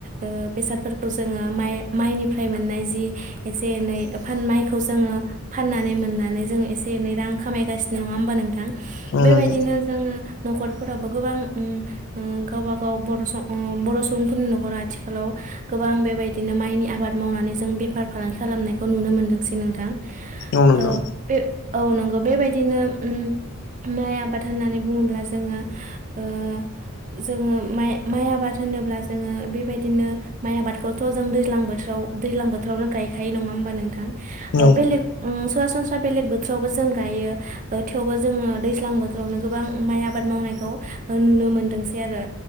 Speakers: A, on the right; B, on the left.
A: ओ बेसादफोरखौ जोङो माइ माइनिफ्राय मोननाय जि एसे एनै फान माइखौ जोङो फाननानै मोननानै जोङो एसे एनै रां खामायगासिनो, नङा होमबा नोंथां?
B: औ
A: बेबायदिनो
B: नोंथां
A: जोङो न'खर फोराबो गोबां उम उम गावबागाव बर' स बर' स बुंफोरनि न'खरा आथिखालाव गोबां बेबायदिनो माइनि आबाद मावनानै जों बेफार फालांगि खालामनायखौ नुनो मोनदोंसै नोंथां।
B: औ नोंथां
A: ओ बे औ नंगौ बेबाय बिनो उम माइ आबाद होननानै बुङोब्ला जोङो ओ जोङो माइ, माइ आबाद होनोब्ला जोङो बेबायदिनो माइ आबादखौथ' जों दैज्लां बोथोराव दैज्लां बोथोरावनो गायखायो नङा होमबा नोंथां? ओ
B: औ
A: बेलेग उम सरासनस्रा बेलेग बोथोरावबो जों गायो ओ थेवबो जोङो दैज्लां बोथोरावनो गोबां माइ आबाद मावनायखौ नुनो मोनदोंसै आरो